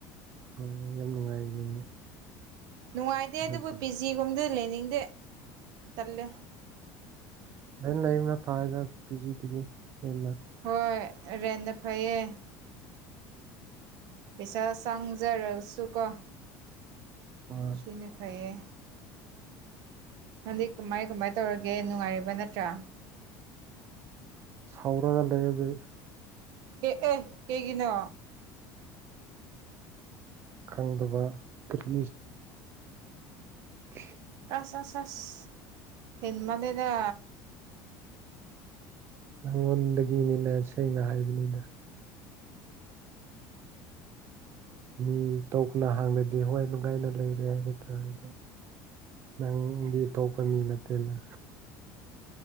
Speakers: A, on the right (about 30°); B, on the right (about 55°).
A: ꯑꯣ ꯌꯥꯝ ꯅꯨꯡꯉꯥꯏꯅꯤꯅꯦ
B: ꯅꯨꯡꯉꯥꯏꯇꯦ
A: ꯑꯗꯨꯗꯤ
B: ꯑꯗꯨꯕꯨ ꯄꯤ ꯖꯤ ꯒꯨꯝꯕꯗ ꯂꯩꯅꯤꯡꯗꯦ ꯇꯜꯂꯦ
A: ꯂꯩꯅ ꯂꯩꯕꯅ ꯐꯥꯗ ꯄꯤ ꯖꯤ ꯗꯨꯗꯒꯤ ꯍꯦꯟꯅ
B: ꯍꯣꯏ ꯔꯦꯟꯅ ꯐꯩꯌꯦ ꯄꯩꯁꯥ ꯁꯪꯖꯔꯥꯁꯨꯀꯣ
A: ꯍꯣꯏ
B: ꯁꯤꯅꯥ ꯐꯥꯌꯦ ꯍꯪꯗꯤꯛ ꯀꯃꯥꯏ ꯀꯃꯥꯏꯅ ꯇꯧꯔꯒꯦ ꯅꯨꯡꯉꯥꯏꯔꯤꯕ ꯅꯠꯇ꯭ꯔꯥ
A: ꯁꯥꯎꯔꯒ ꯂꯩ ꯍꯧꯖꯤꯛ
B: ꯑꯦ ꯑꯦ ꯀꯩꯒꯤꯅꯣ
A: ꯈꯪꯗꯕ ꯀꯔꯤ <unintelligible>
B: ꯑꯁ ꯑꯁ ꯑꯁ ꯍꯦꯟꯃꯜꯔꯦꯗ
A: ꯅꯪꯉꯣꯟꯗꯒꯤꯅꯤꯅ ꯁꯦꯡꯅ ꯍꯥꯏꯕꯅꯤꯗ ꯃꯤ ꯇꯣꯄꯅ ꯍꯪꯔꯗꯤ ꯍꯣꯏ ꯅꯨꯡꯉꯥꯏꯅ ꯂꯩꯔꯦ ꯍꯥꯏꯕ ꯇꯥꯔꯦ ꯑꯗꯣ ꯅꯪꯗꯤ ꯑꯇꯣꯞꯄ ꯃꯤ ꯅꯠꯇꯦꯅ